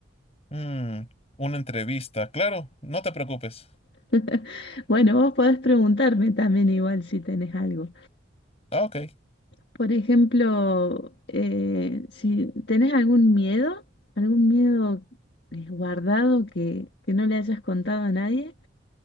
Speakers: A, on the left; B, on the left.
A: Mm, una entrevista, claro, no te preocupes.
B: <laughs> Bueno, vos podés preguntarme también igual si tenés algo.
A: Ah, ok.
B: Por ejemplo, eh, si tenés algún miedo, algún miedo eh, guardado que, que no le hayas contado a nadie,